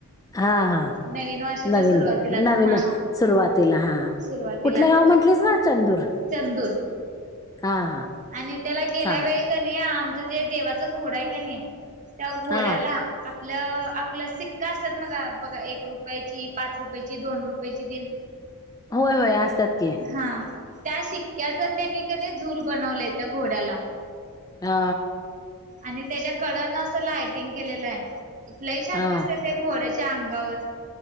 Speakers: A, on the left (about 15°); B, on the right (about 35°).
A: हा हा
B: नवीन वर्षाच्या
A: नवीन
B: सुरुवातीलाच
A: नवीन
B: हा
A: सुरुवातीला हा
B: सुरुवातीलाच
A: कुठलं गाव म्हंटलीस ना चंदूर
B: चंदूर.
A: हा हा
B: आणि त्याला गेल्या
A: चा
B: वेळी क नाही आमचं जे देवाचं घोड आहे का नाहीय. त्या घोड्याला
A: हा
B: आ ल आपलं सिक्का असतात मग बघा एक रुपयाची पाच रुपयाची, दोन रुपयाची, तीन.
A: होय होय असतात की.
B: हा त्या शिक्क्याचा त्यानी क झूल बनवले त्या घोड्याला.
A: हा.
B: आणि त्याच्या कडना असं लाटिंग केलेलं आहे, लय छान
A: हा
B: दिसत ते घोड्याच्या. अंगावर.